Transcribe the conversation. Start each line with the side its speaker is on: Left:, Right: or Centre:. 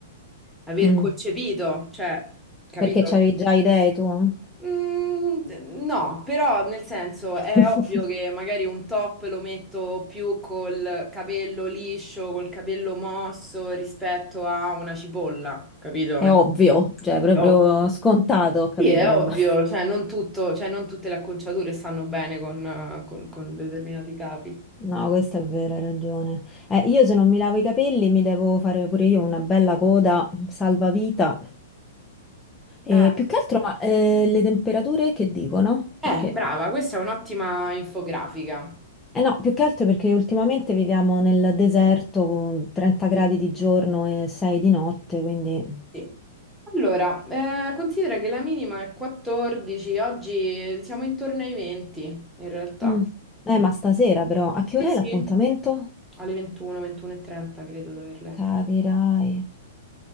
Centre: aver
Left: Mm.
Centre: concepito, cioè, capito?
Left: Perché c'avevi già idee tu?
Centre: Mm, no, però nel senso
Left: <laughs>
Centre: è ovvio che magari un top lo metto più col capello liscio, col capello mosso rispetto a una cipolla, capito?
Left: È ovvio, cioè è proprio
Centre: È ovvio.
Left: scontato, ho capito?
Centre: Sì, è ovvio,
Left: Vabbè.
Centre: cioè non tutto, cioè non tutte le acconciature stanno bene con, eh, con- con determinati capi.
Left: No, questa è vera, hai ragione. Eh, io se non mi lavo i capelli mi devo fare pure io una bella coda salvavita. E
Centre: Eh,
Left: più che altro, ma eh, le temperature che dicono?
Centre: eh,
Left: Perché...
Centre: brava, questa è un'ottima infografica.
Left: Eh no, più che altro perché ultimamente viviamo nel deserto con 30 gradi
Centre: Sì.
Left: di giorno e 6 di notte, quindi...
Centre: Sì. Allora, eh, considera che la minima è 14, oggi siamo intorno ai 20 in realtà.
Left: Mm. Eh, ma stasera però, a che
Centre: Sì,
Left: ora
Centre: sì.
Left: è l'appuntamento?
Centre: Alle 21, 21.30 credo di aver letto.
Left: Capirai.